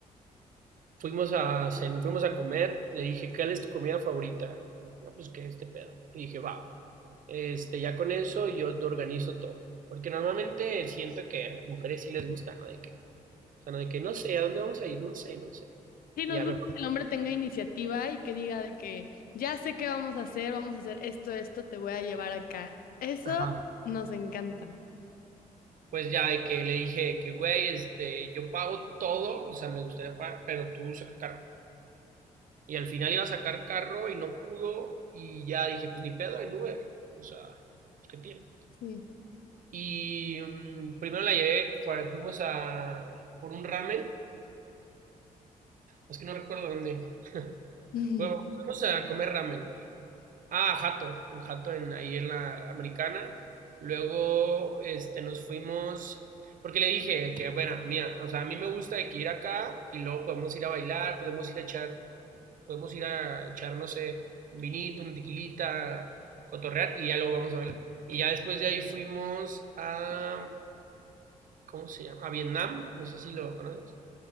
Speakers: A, on the right; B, on the left.
A: fuimos a, cen- fuimos a comer, le dije, ¿cuál es tu comida favorita? No, pues que este pedo. Y dije, va, este, ya con eso yo te organizo todo. Porque normalmente siento que a las mujeres sí les gusta, ¿no? De que, o sea, no de que no sé, ¿a dónde vamos a ir? No sé, no sé.
B: Sí,
A: Y
B: nos
A: ya
B: gusta
A: mejor
B: que el hombre tenga iniciativa y que diga de que ya sé qué vamos a hacer, vamos a hacer esto, esto, te voy a llevar acá. Eso
A: Ajá.
B: nos encanta.
A: Pues ya de que le dije que, güey, este, yo pago todo, o sea, me gustaría pagar, pero tú saca carro. Y al final iba a sacar carro y no pudo, y ya dije, pues ni pedo en Uber, o sea, pues, ¿qué tiene?
B: Sí.
A: Y mm, primero la llevé, fu- fuimos a por un ramen, es que no recuerdo dónde.
B: <laughs> Ujú.
A: Fue- Fuimos a comer ramen, güey. Ah, Jato, en Jato, en, ahí en la americana. Luego este, nos fuimos, porque le dije que, bueno, mía, o sea, a mí me gusta de que ir acá y luego podemos ir a bailar, podemos ir a echar, podemos ir a echar, no sé, un vinito, una tequilita, cotorrear y ya luego vamos a bailar. Y ya después de ahí fuimos a, ¿cómo se llama? A Vietnam, no sé si lo conoces.